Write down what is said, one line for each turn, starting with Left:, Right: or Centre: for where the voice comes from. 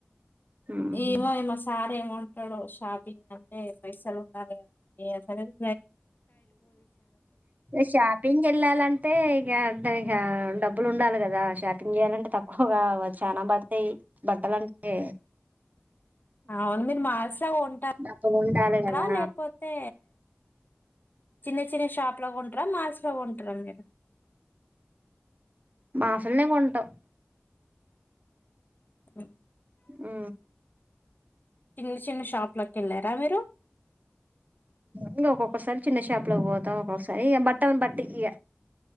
Right: మ్మ్.
Left: ఏమో ఏమో సార్ ఏమంటాడో షాపింగ్ అంటే పైసలు ఉండాలి ఏ సరే <inaudible>
Right: ఇ షాపింగ్ వెళ్లాలంటే ఇంక అంటే ఇం డబ్బులు ఉండాలి కదా షాపింగ్ చేయాలంటే తక్కువగా చానా పడతాయి బట్టలంటే
Left: అవును మీరు మార్స్లా ఉంటారుారా
Right: డబ్బులు ఉండాలి కదా
Left: లేకపోతే చిన్న చిన్న షాప్లాగా ఉంటారా మాల్స్ లో ఉంటారా మీరు
Right: మాసల్నే కొంటాం
Left: హ
Right: ఆ
Left: చిన్న చిన్న షాపులకి వెళ్ళారా మీరు
Right: ఇంక ఒక్కొక్కసారి చిన్న షాప్ లో పోతాం ఒక్కొక్కసారి ఇక బట్ట బట్టి ఇక